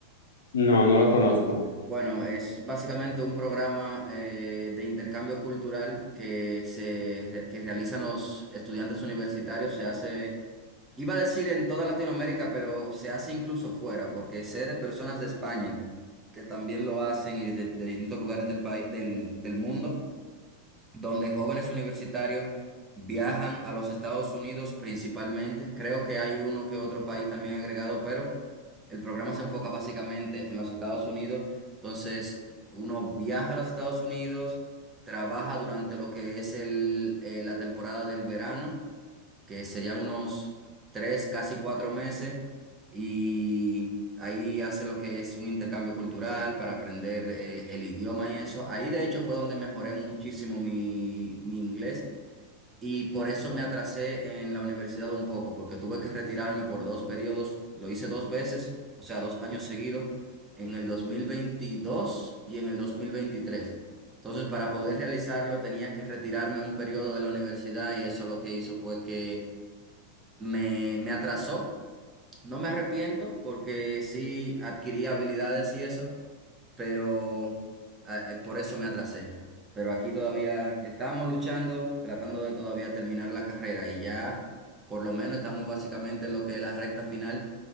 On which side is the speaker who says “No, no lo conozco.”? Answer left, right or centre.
Left